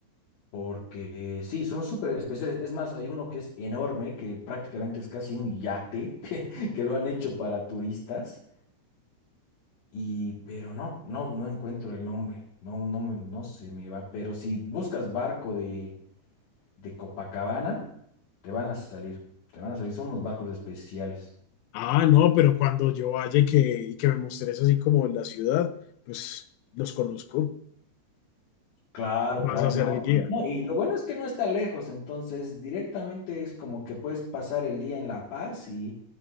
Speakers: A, on the left; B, on the left.
A: Porque sí, son súper especiales. Es más, hay uno que es enorme, que prácticamente es casi un yate, <laughs> que, que lo han hecho para turistas. Y, pero no, no, no encuentro el nombre. No, no, me- no se me va. Pero si buscas barco de, de Copacabana, te van a salir. Te van a salir. Son unos barcos especiales.
B: Ah, no, pero cuando yo vaya y que, y que me mostres así como la ciudad, pues los conozco.
A: Claro, claro,
B: Vas a
A: ¿no?
B: ser el guía.
A: Y no, y lo bueno es que no está lejos, entonces directamente es como que puedes pasar el día en La Paz y